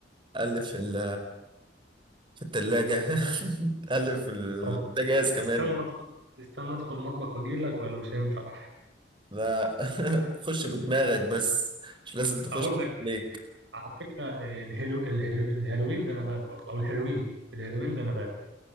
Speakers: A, on the right; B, on the right.
A: قلب في ال في التلاجة <laughs> قلب في البوتاجاز
B: طب
A: كمان
B: استنى أدخل استنى أدخل المطبخ وأجيلك ولا مش هينفع
A: لا <laughs> خش بدماغك بس مش لازم
B: <laughs>
A: تخش
B: أقول لك
A: ليك
B: على فكرة آه، الهلو... الهلو... الهيروين ده نبات برضه أو الهيروين الهيروين ده نبات